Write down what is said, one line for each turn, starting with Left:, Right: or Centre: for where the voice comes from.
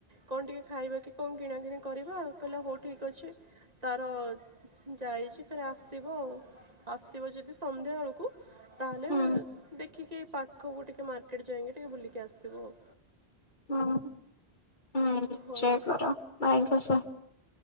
Right: କଣ ଟିକେ ଖାଇବା କି କଣ କିଣାକିଣି କରିବା କହିଲା ହଉ ଠିକ୍ ଅଛି ତାର ଯାଇଛି ଫେରେ ଆସିବ ଆଉ। ଆସିଥିବ ଯଦି ସନ୍ଧ୍ୟା ବେଳକୁ ତାହେଲେ
Left: ହୁଁ
Right: ଦେଖିକି ଏଇ ପାଖକୁ ଟିକେ ମାର୍କେଟ୍ ଯାଇକି ଟିକେ ବୁଲିକି ଆସିବୁ ଆଉ।
Left: ହୁଁ ହୁଁ
Right: ହଁ।
Left: ସେୟା କର <unintelligible>